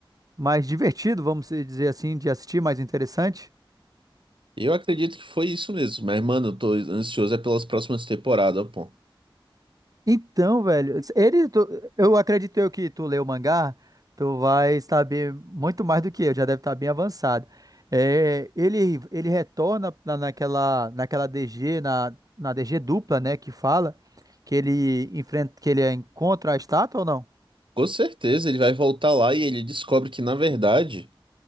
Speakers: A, on the right; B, on the right.
A: mais divertido, vamos dizer assim, de assistir, mais interessante.
B: Eu acredito que foi isso mesmo. Mas, mano, eu tô ansioso é pelas próximas temporadas, pô.
A: Então, velho, ele tu- eu acredito eu que tu leu o mangá, tu vai saber muito mais do que eu, já deve estar bem avançado. É, ele ele retorna na- naquela naquela DG na na DG dupla, né, que fala que ele enfrenta que ele encontra a estátua ou não?
B: Com certeza ele vai voltar lá e ele descobre que, na verdade,